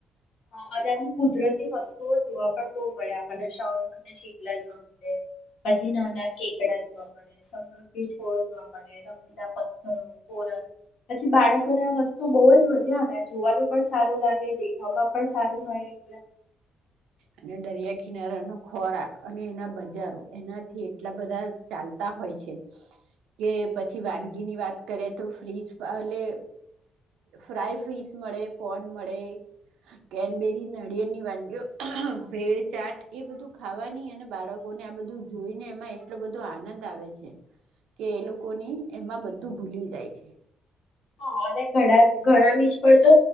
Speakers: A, on the left (about 75°); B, on the right (about 85°).
A: હ અને આમ કુદરતી વસ્તુઓ જોવા પણ બહુ મળે આપણને શોખ ને શીલા જોવા મળે પછી નાના કેકડા જોવા મળે સમૃદ્ધ છોડ જોવા મળે રંગના પથ્થરો કોરલ. પછી બાળ તો બહુ જ મજા આવે આ જોવાનું પણ સારું લાગે દેખવામાં. પણ સારું હોય એટલે.
B: અને દરિયા કિનારાનો ખોરાક અને એના બજારો એનાથી એટલા બધા ચાલતા હોય છે કે પછી વાનગીની વાત કરીએ તો ફ્રીજ એલે ફ્રાય ફ્રીજ મળે પોન મળે કેનબેરી નળિયેળની વાનગીઓ. ભેળ ચાટ એ બધું ખાવાની અને બાળકોને આ બધું જોઈને એમાં એટલો બધો આનંદ આવે છે કે એ લોકોની એમાં બધું ભૂલી જાય છે.
A: હ અને ઘણા ઘણા બીજ પર તો